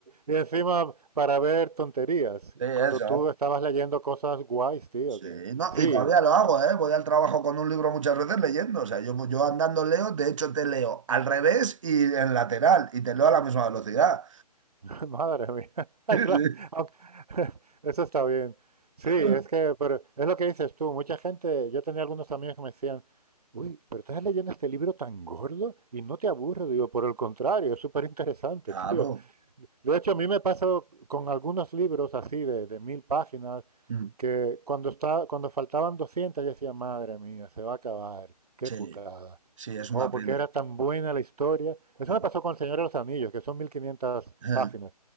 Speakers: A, on the right; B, on the right.
A: y encima para ver tonterías,
B: Sí, eso,
A: cuando tú
B: ¿eh?
A: estabas leyendo cosas guays, tío,
B: Sí,
A: que
B: no,
A: sí,
B: y todavía lo hago, ¿eh? Voy al trabajo con un libro muchas veces leyendo. O sea, yo, yo andando leo, de hecho te leo al revés y en lateral, y te leo a la misma velocidad.
A: <laughs> Madre mía, <laughs>
B: <laughs>
A: claro, aunque- <laughs> eso está bien. Sí, es
B: Sí, sí.
A: que, pero es lo que dices tú, mucha gente, yo tenía algunos amigos que me decían, uy, pero estás leyendo este libro tan gordo y no te aburre, digo, por el contrario, es súper interesante,
B: Claro.
A: <laughs> tío. De hecho, a mí me pasa con algunos libros así de, de mil páginas,
B: Mm,
A: que cuando está, cuando faltaban 200 yo decía, madre mía, se va a acabar, qué
B: Sí,
A: putada.
B: sí, es
A: Oh,
B: una
A: porque
B: pena.
A: era tan buena la historia. Eso
B: Ajá.
A: me pasó con El Señor de los Anillos, que son 1500
B: O
A: páginas.